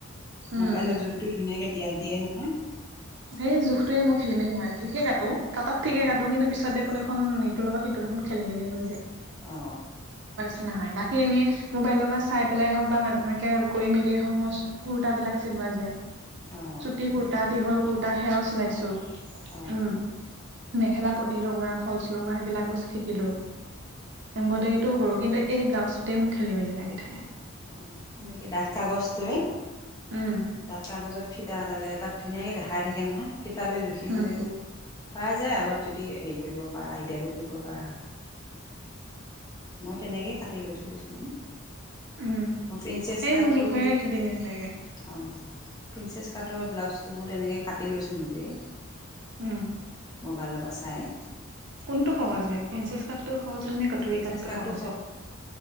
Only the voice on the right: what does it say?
উম
সেই জোখটোৱে মোক খেলি মেলি হয় ঠিকে কাটো তাত ঠিকে
কাটো কিন্তু পিছত দেখত দেখোন। ইটোৰ লগত সিটো দেখোন খেলি মেলি হৈ যায়
নাই হয় বাকী এনেই মোবাইলৰ পৰা চাই পেলাই হওঁক বা ম এনেকে কৰি মেলিয়ে হওঁক মই কুৰ্তাবলাক চিলোৱা যে
চুটি কুুৰ্তা দীঘল কুুৰ্তা সেয়াও চিলাইছো
উম মেখেলা পতি লগোৱা ফলচ লগোৱা সেইবিলাক বো শিকিলো এমব্ৰইডাৰী টোও কৰো কিন্তু। এই ব্লাউজটোতে মোক খেলি মেলি লাগি থাকে
উম
উম
উম
সেই
মোৰ জোখৰে খেলি মেলি লাগে।
উম
কোনটো সহজ হয় প্ৰিন্সসেছ কাটটো সহজ হয় নে কাটৰি
কাঠটো
সহজ হয়